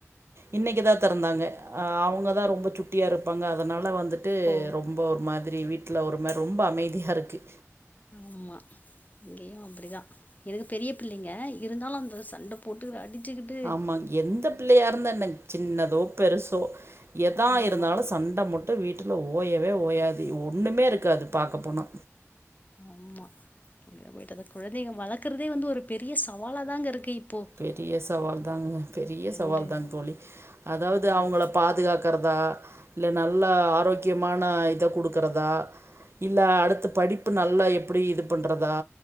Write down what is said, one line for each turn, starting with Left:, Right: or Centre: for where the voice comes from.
Right: இன்னைக்கு தான் திறந்தாங்க அவுங்க தான் ரொம்ப சு ட்டியா இருப்பாங்க அதனால் வந்துட்டு
Left: ஓ
Right: ரொம்ப ஒரு மாரி வீட்டில் ஒரு மாரி ரொம்ப அமைதியா இருக்கு
Left: ஆமா இங்கேயும் அப்டி தான் என்னது பெரிய பிள்ளங்க இருந்தாலும் அந்த சண்ட போட்டுக்கிற அடிச்சுக்கிட்டு
Right: ஆமாங்க எந்த பிள்ளையா இருந்தா என்னங்க சின்னதோ பெருசோ எதா
Left: ஆமா
Right: இருந்தாலும் சண்ட மட் டு வீட்ல ஓயவே ஓயாது ஒன்னுமே இருக்காது பாக்க போனா
Left: ஆமா உயிர போயிட்டத கொழந்தங்க வளக்கறதே வந்து ஒரு பெரிய சவாலா தாங்க இருக்கு இப்போ
Right: பெரிய சவால் தாங்க பெரிய
Left: ரெண்டு
Right: சவால் தாங்க தோழி அதாவ்து
Left: ஆமா
Right: அவுங்கள பாதுகாக்கிறதா இல்ல நல்ல ஆரோக்கியமான இத குடுக்குறதா இல்ல அடுத்து படிப் பு நல்லா எப்டி இது பண்றதா